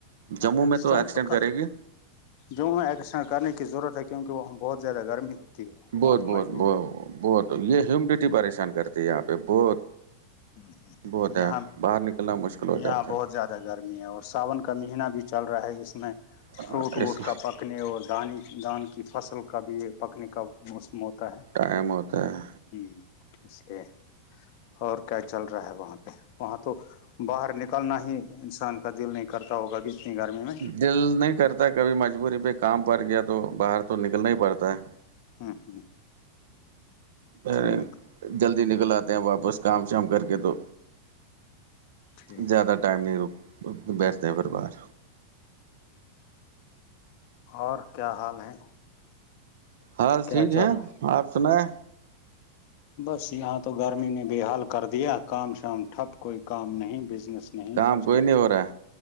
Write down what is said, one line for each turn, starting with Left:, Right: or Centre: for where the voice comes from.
Right: جموں
Left: ایکسیڈنٹ
Right: میں تو ایکسٹینڈ
Left: کہاں
Right: کرے گی
Left: جو وہاں ایکسن کرنے کی ضرورت ہے کیونکہ وہاں بہت زیادہ گرمی ہو ہے تو
Right: بہت
Left: وہاں تو
Right: بہت
Left: مجبور
Right: ب بہت یہ ہیمیڈیٹی پریشان کرتی ہے یہاں پہ بہت
Left: ہ ہ ہ
Right: بہت ہے
Left: یہاں
Right: باہر نکلنا مشکل ہو
Left: یہاں
Right: جاتا
Left: بہت زیادہ گرمی ہے اور ساون کا مہینہ بھی چل رہا ہے اس میں
Right: ہے
Left: فروٹ ووٹ
Right: اس
Left: کا پک پکنے اور دان دان کی فصل کا بھی پکنے کا موسم ہوتا ہے
Right: ٹائم ہوتا ہے
Left: ہ اس لیے اور کیا چل رہا ہے وہاں پہ وہاں تو باہر نکلنا ہی انسان کا دل نہیں کرتا ہوگا کہ اچھی گرمی میں
Right: دل نہیں کرتا کبھی مجبوری پہ کام پڑ گیا تو باہر تو نکلنا ہی پڑتا ہے
Left: ہوں ہوں
Right: پے
Left: ٹھیک
Right: جلدی نکل آتے ہیں واپس کام شام کر کے تو
Left: ٹھیک
Right: زیاد ٹم نہیں ر بیٹستے پر بار
Left: اور کیا حال ہے
Right: حال
Left: کیا
Right: ٹھیک
Left: چال
Right: ہیں آپ سنائیں
Left: بس یہاں تو گرمی نے بےحال کر دیا کام شام ٹھپ کوئی کام نہیں بزنس نہیں
Right: کام
Left: کچھ
Right: کوئی
Left: نہیں
Right: ہو رہا